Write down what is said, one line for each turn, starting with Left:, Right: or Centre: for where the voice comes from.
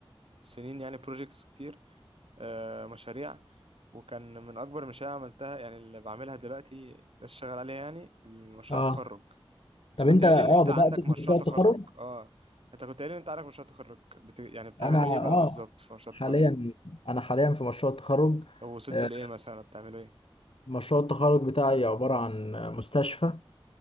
Right: السنين يعني بروجيكتس كتير آه، مشاريع وكان من اكبر المشاريع اللي عملتها يعني اللي بعملها دلوقتي لسه شغال عليها يعني المشروع
Left: اه
Right: التخرج انت
Left: طب
Right: كنت
Left: انت
Right: قايل
Left: اه
Right: ان انت
Left: بدأت
Right: عندك
Left: في
Right: مشروع
Left: مشروع
Right: تخرج
Left: التخرج
Right: اه انت كنت قايل ان انت عندك مشروع تخرج بت... يعني بتعملوا
Left: انا
Right: ايه بقى
Left: <laughs> اه
Right: بالظبط في مشروع
Left: حاليا
Right: التخرج
Left: انا حاليا في مشروع التخرج
Right: طب وصلتوا
Left: آه،
Right: لايه مثلا بتعملوا ايه
Left: مشروع التخرج بتاعي عبارة عن مستشفى